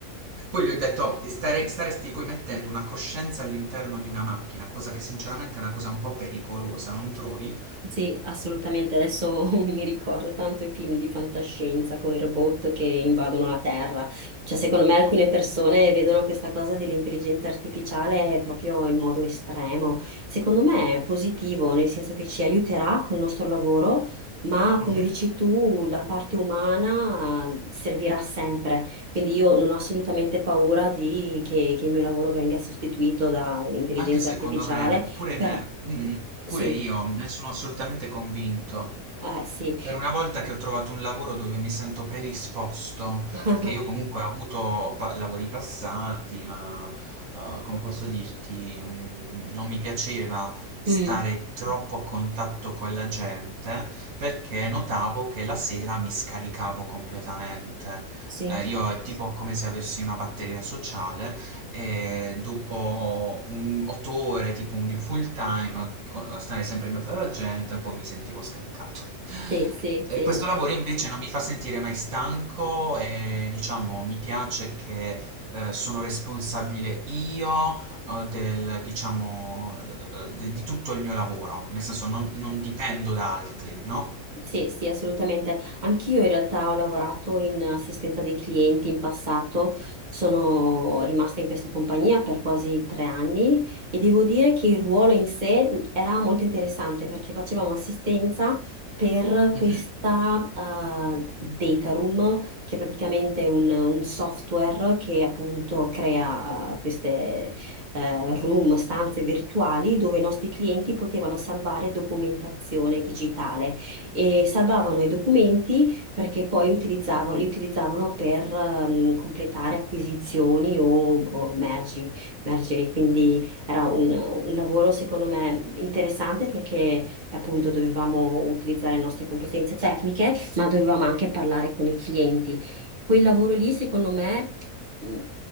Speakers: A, on the right; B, on the right.
A: poi gli ho detto, stare- staresti poi mettendo una coscienza all'interno di una macchina, cosa che sinceramente è una cosa un po' pericolosa, non trovi?
B: Sì, assolutamente. Adesso <laughs> mi ricordo tanto i film di fantascienza con i robot che invadono la Terra. Cioè, secondo me alcune persone vedono questa cosa dell'intelligenza artificiale proprio in modo estremo. Secondo me è positivo, nel senso che ci aiuterà col nostro lavoro, ma
A: Mhm.
B: come dici tu, la parte umana servirà sempre. Quindi io non ho assolutamente paura di- che, che il mio lavoro venga sostituito dall'intelligenza
A: Anche secondo
B: artificiale,
A: me, pure
B: però
A: me, mm,
B: sì.
A: pure io ne sono assolutamente convinto.
B: Ah, sì,
A: Per una volta che ho trovato un lavoro dove mi sento predisposto,
B: <laughs>
A: perché io comunque ho avuto pa- lavori passati, ma eh, come posso dirti, mh, non mi piaceva stare
B: Mm.
A: troppo a contatto con la gente perché notavo che la sera mi scaricavo completamente.
B: sì,
A: Eh, io è tipo come se avessi una batteria sociale e dopo un otto ore tipo un- di un full time, co- stare sempre in mezzo alla gente, un po' mi sentivo scaricato.
B: sì, sì,
A: Eh,
B: sì.
A: Questo lavoro invece non mi fa sentire mai stanco e diciamo mi piace che eh, sono responsabile io eh, del, diciamo, eh, de- di tutto il mio lavoro, nel senso non, non dipendo da altri, no?
B: Sì, sì, assolutamente. Anch'io in realtà ho lavorato in assistenza dei clienti in passato, sono rimasta in questa compagnia per quasi tre anni e devo dire che il ruolo in sé era molto interessante perché facevamo assistenza per
A: Mhm.
B: questa eh, data room, che è praticamente un, un software che appunto crea eh, queste eh, room, stanze virtuali dove i nostri clienti potevano salvare documentazione digitale e salvavano i documenti perché poi utilizzavo- li utilizzavano per ehm, completare acquisizioni o, o mergi, mergeri. Quindi era un, un lavoro secondo me interessante perché appunto dovevamo utilizzare le nostre competenze tecniche, ma dovevamo anche parlare con i clienti. Quel lavoro lì, secondo me, mh,